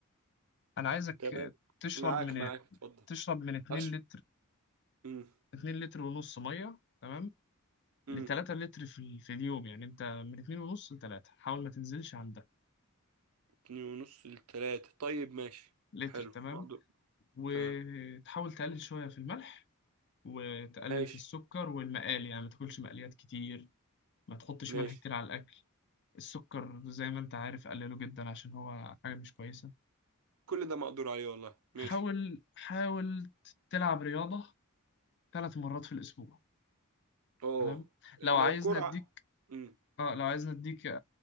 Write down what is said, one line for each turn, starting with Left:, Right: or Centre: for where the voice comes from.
Left: انا عايزك
Right: تمام
Left: تشرب
Right: معاك
Left: من
Right: معاك اتفضل
Left: تشرب من 2
Right: عشر
Left: لتر
Right: امم
Left: 2 لتر ونص ميه تمام
Right: امم
Left: ل 3 لتر في, ال... في اليوم يعني انت من 2 ونص ل 3 حاول ما تنزلش عن ده
Right: اتنين ونص لتلاتة طيب ماشي
Left: لتر
Right: حلو
Left: تمام
Right: مقدور
Left: وتحاول
Right: تمام
Left: تقلل شويه في الملح وتقلل
Right: ماشي
Left: في السكر والمقالي يعني ما تاكلش مقليات كتير ما تحطش
Right: ماشي
Left: ملح كتير على الاكل السكر زي ما انت عارف قلله جدا عشان هو حاجه مش كويسه
Right: كل ده مقدور عليه والله ماشي
Left: حاول حاول تلعب رياضه ثلاث مرات في الاسبوع
Right: اوه
Left: تمام لو
Right: لو
Left: عايزني
Right: كرة
Left: اديك
Right: امم
Left: اه لو عايز نديك آه،